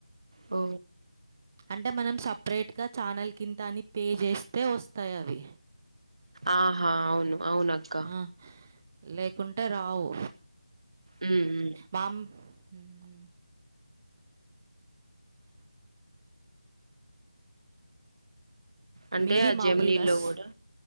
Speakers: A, on the right (about 70°); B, on the right (about 25°).
A: ఓ
B: అంటే మనం సపరేట్గా ఛానల్ కింత అని పే జేస్తే వస్తాయి అవి
A: ఆహా అవును అవునక్క
B: ఆ, లేకుంటే రావు
A: ఉమ్ ఉమ్
B: మామ్ ఊహు
A: అంటే
B: మీది
A: ఆ
B: మామూలుగా
A: జమినీల్లో
B: స్-
A: కూడా